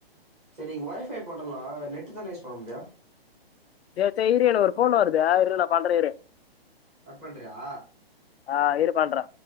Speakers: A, on the right; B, on the left.
A: செரி இங் ஒய் ஃபை போட்டலா நெட்டு தான யூஸ் பண்ண முடியு
B: சேரி சேரி இரு எனக்கு ஒரு ஃபோன் வருது இரு நா பண்றே இரு
A: கட் பண்றியா
B: ஆ இரு பண்றே